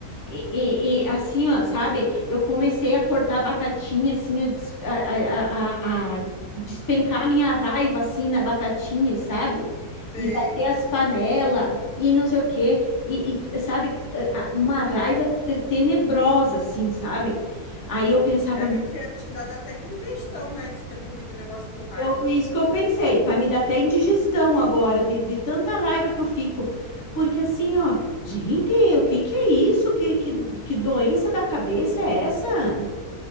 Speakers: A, on the left; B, on the left.
A: E, e- e, assim, ó, sabe? Eu comecei a cortar a batatinha, assim, a, des- a- a- a- a despencar a minha raiva, assim, na batatinha, sabe?
B: sei.
A: E bater as panelas e não sei o quê. E, e, sabe? a- a- Uma raiva te- tenebrosa, assim, sabe? Aí eu pensava,
B: Deve
A: meu
B: ter te dado até indigestão, né? De ter comido o negócio com raiva.
A: eu, isso que eu pensei, vai me dar até indigestão agora, de, de tanta raiva que eu fico. Porque assim, ó, gente, o que que é isso? Que, que, que doença da cabeça é essa?